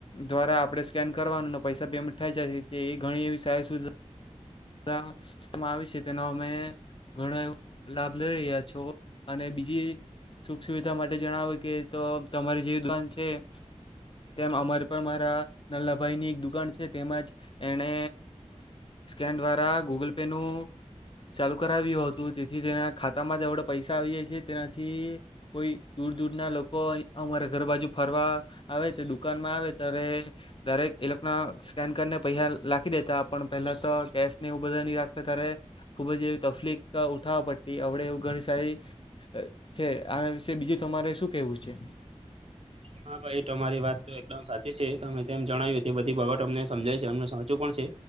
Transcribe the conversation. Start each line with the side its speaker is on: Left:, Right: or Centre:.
Left: દ્વારા આપણે સ્કેન કરવાનું ને પૈસા પેમેન્ટ થાય જાય એ ઘણી એવી સારી સુ વિધા આવી છે તેનો અમે ઘણો એવો લાભ લઈ રહ્યા છો અને બીજી સુખ સુવિધા માટે જણાવ્યું કે તો તમારી જે દુકાન છે તેમ અમારે પણ મારા નલ્લાભાઈની એક દુકાન છે તેમાંજ એને કે ન દ્વારા ગૂગલ પે નું ચાલુ કરાવ્યું હતું તેથી તેના ખા ખાતમા જ હવડે પૈસા આવી જાય છે તેયા થી કોઈ દૂર દૂરના લોકો અમારા ઘર બાજુ ફરવા આવે દુકાનમાં આવે ત્યારે દરેક એ લોકોના સ્કેન કરીને પૈહા લખી દેતા પણ પહેલાં તો કેશ ને એવું બધા નહી રાખતા ત્યારે ખુબ જ એવી તકફીલીક ઉઠાવવા પડતી આવડે એવ ઘણી સારી છે આના વિશે બીજું તમારે શું કેવું છે
Right: હા ભાઈ તમારી વાત તો એકદમ સાચી છે તમે તેમ જણાવ્યું બધી બાબત અમને સમજાય છે અમને સાચું પણ છે